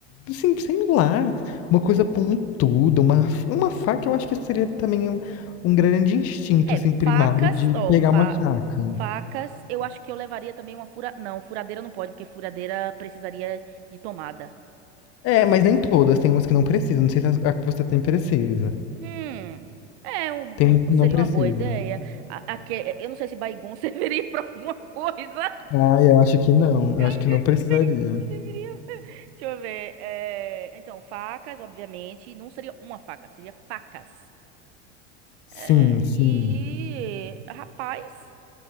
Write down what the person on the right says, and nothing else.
É,
facas,
ó,
fa-
facas, eu acho que eu levaria também uma fura... Não, furadeira não pode, porque furadeira precisaria de tomada.
Hum, é, um-
um- seria
uma boa ideia. A, a que- eu não sei se Baygon <laughs> serviria pra alguma coisa.
Eu
não
sei
se Baygon serviria. Deixa eu ver. é, Então, facas, obviamente, não seria uma faca, seria facas.
É,
E, rapaz...